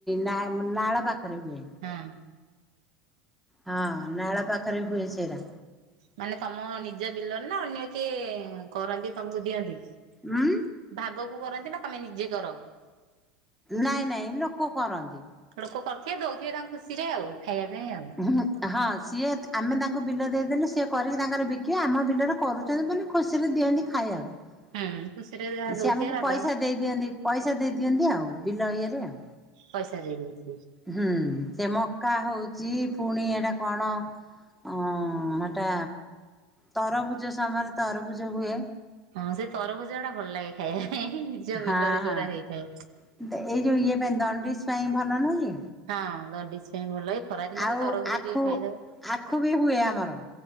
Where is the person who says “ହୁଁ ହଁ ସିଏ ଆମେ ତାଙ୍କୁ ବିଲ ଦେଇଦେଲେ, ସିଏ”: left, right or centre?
Centre